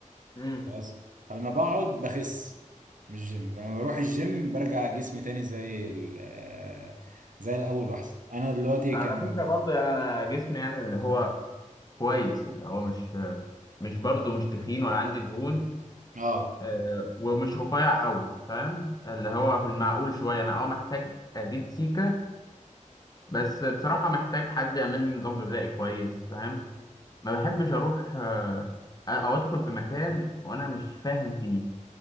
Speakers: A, on the left (about 30°); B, on the right (about 75°).
A: امم
B: خلاص فلما بقعد بخس مش جيم لما بروح الجيم برجع جسمي تاني زي ال- آه، زي الاول واحسن انا دلوقتي
A: على
B: كان
A: فكره برضه يعني انا جسمي يعني اللي هو كويس اللي هو مش مش برضه مش تخين ولا عندي دهون
B: اه
A: آه، ومش رفيع قوي فاهم اللي هو في المعقول شويه انا اه محتاج ازيد سيكه بس بصراحه محتاج حد يعمل لي نظام غذائي كويس فاهم ما بحبش اروح آه، او ادخل في مكان وانا مش فاهم فيه